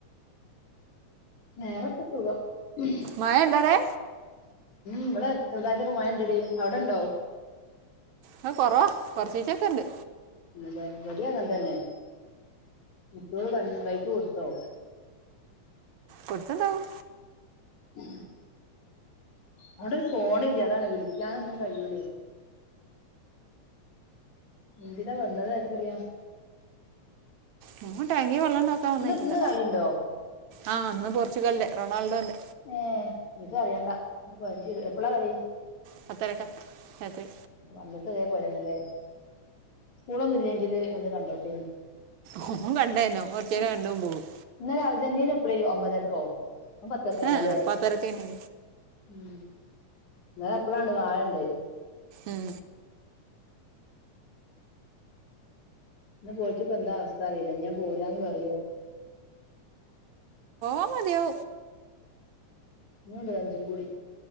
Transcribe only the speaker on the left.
നേരൊക്കെ തുക ഉ
ഇവിടെ ചെറുതായിട്ട് ഒക്കെ മഴണ്ടടി അവിടെണ്ടോ
ഇവിടം അങ്ങനെ തന്നെ ഇപ്പൊ വെ ബൈക്ക് കൊടുത്തോ
മ് അവിടൊരു ഫോണില്ല അതാണ് വിളിക്കാൻ ഒന്നും കഴിയൂ എന്തിനാ വന്നതാർക്കറിയാ
ഇന്ന് ഇന്ന് കളിണ്ടോ
ഏ ഇതറിയണ്ടാ എപ്പളാ കളി
വന്നിട്ട് അതേപോലെന്നല്ലേ സ്കൂളൊന്നു ഇല്ലെങ്കിൽ ഒന്ന് കണ്ടോട്ടെന്ന്
ഇ
ഇന്നലെ അർജന്റീന എപ്പോഴ്ന്നു ഒമ്പതരക്കോ ഓൻ പത്തരക്കായിരുന്നു
അല്ലേ
ഉം ല എപ്പഴാണ് നാളെണ്ട്
ഇന്ന് പോയിട്ട് ഇപ്പൊ എന്താ അവസ്ഥ അറിയില്ല ഞാൻ പോവുലാന്ന് പറയോ
ഇനിയും ഉണ്ട് അഞ്ചും കൂടി